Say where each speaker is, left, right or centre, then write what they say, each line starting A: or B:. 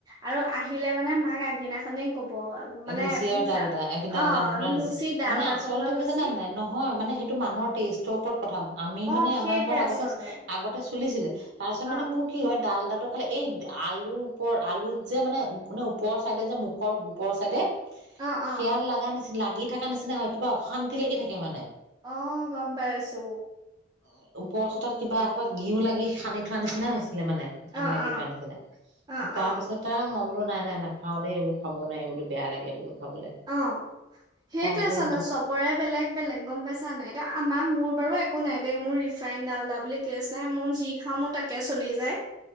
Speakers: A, on the right; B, on the right.
A: আৰু আহিলে মানে মাক আগদিনাখনি কব মানে
B: লুচি আৰু
A: সিচা
B: ডালদা ডালদাত
A: অ
B: বনোৱা লুচি
A: ডাল
B: মানে
A: তাত
B: আচলতে
A: বনোৱা লুচি
B: কি জান নাই নহয় মানে সেইটো মানুহৰ টেষ্টৰ ওপৰত প্ৰথম আমি
A: অ
B: মানে
A: সেইটোৱে
B: আমাৰ ঘৰত
A: আচলতে
B: আগতে আগতে চলিছিলে তাৰ পিছত
A: অ
B: মানে মোৰ কি হয় ডাল ডাল খ আলু ওপৰত আলু যে মানে ওপৰছাইদে ওপৰ চাইডে
A: অ অ
B: শিয়াল লগাগ নিছি লাগি থকা নিচিনা হয় কিবা অশান্তি লাগি থাকে মানে
A: অ গম পাই আছো
B: উ ওপৰ চোতাত কিবা এসা ঘিউ লাগি সানি থোৱা নিচিনা হৈছে ছিলে মানে
A: অ',
B: আন লাগি
A: অ',
B: থোৱা নিচিনা
A: অ',
B: তাৰপিছত
A: অ',
B: মই বলো নাই নাই নাখাওঁ দে এইবোৰ খাব ন বোলো বেয়া <unintelligible> লাগে বোলো খাবলে
A: অ, সেইটোৱে
B: তাৰপিছত সেইটো
A: চা না চবৰে বেলেগ বেলেগ গম পাইছা নাই। এতিয়া আমাৰ মোৰ বাৰু একো নাই দেই মোৰ ৰিফাইন ডাল্ডা বুলি কেচ নাই মোৰ যি খাওঁ মোৰ তাকে চলি যায়,